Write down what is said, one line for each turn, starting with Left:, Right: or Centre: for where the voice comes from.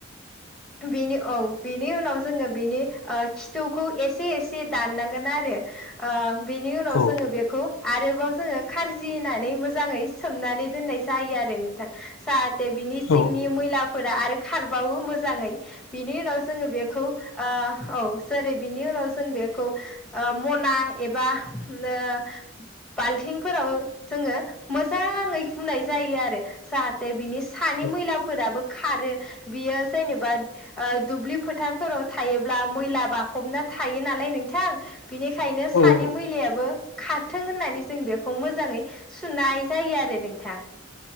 Centre: थु बेनि औ बेनि उनाव ज जोङो बेनि ओ खिथौखौ एसे एसे दाननांगोन आरो ओ बेनि उनाव
Left: औ
Centre: जोङो बेखौ आरोबाव जोङो खारजि होनानै मोजाङै सोमनानै दोननाय जायो आरो नोंथां जाहाथे बिनि सिंनि
Left: औ
Centre: मैलाफोरा आरोख खारबावो मोजाङै बिनि उनाव जोङो बेखौ ओ औ जेरै बेनि उनाव जों बेखौ ओ मना एबा होमनो बाल्थिंफोराव जोङो मोजाङै हुनाय जायो आरो जाहाते बेनि सानि मैलाफोराबो
Left: औ
Centre: खारो बेयो जेनेबा ओ दुब्लि फोथारफोराव थायोब्ला मैला बाखबना थायो नालाय नोंथां बिनिखायनो
Left: औ
Centre: सानि मैलायाबो खारथों होननानै जों बेखौ मोजाङै सुनाय जायो आरो नोंथां।